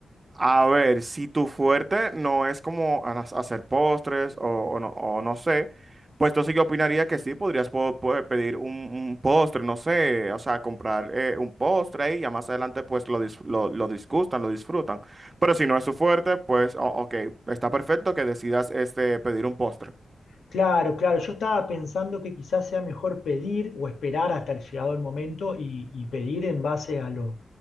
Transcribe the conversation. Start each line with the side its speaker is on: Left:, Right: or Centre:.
Right: A ver, si tu fuerte no es como a- hacer postres o, o no, o no sé, pues entonces yo opinaría que sí, podrías po- po- pedir un, un postre, no sé, o sea, comprar eh, un postre ahí, ya más adelante pues lo, dis- lo, lo disgustan, lo disfrutan. Pero si no es tu fuerte, pues o- ok, está perfecto que decidas este, pedir un postre.
Left: Claro, claro, yo estaba pensando que quizás sea mejor pedir o esperar hasta el llegado el momento y, y pedir en base a, lo-